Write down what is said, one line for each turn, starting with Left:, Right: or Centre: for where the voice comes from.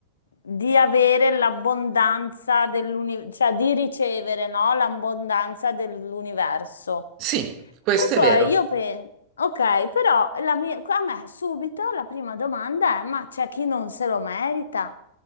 Left: di avere l'abbondanza dell'universo, cioè di ricevere, no? L'abbondanza dell'universo.
Right: Sì, questo
Left: E poi
Right: è vero.
Left: io penso, ok, però la mia- a me subito la prima domanda è, ma c'è chi non se lo merita?